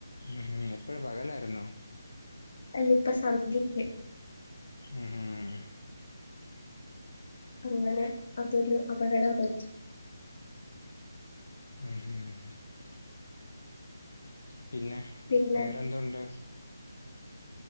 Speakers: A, on the left (about 75°); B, on the left (about 55°).
A: ഉം ഉം എപ്പഴാ പകലായിരുന്നോ?
B: ഇപ്പ സന്ധ്യക്ക്‌.
A: ഉം
B: അങ്ങനെ അതൊരു അപകടം പറ്റി
A: <unintelligible> പിന്നെ
B: പിന്നെ
A: വേറെന്തുണ്ട്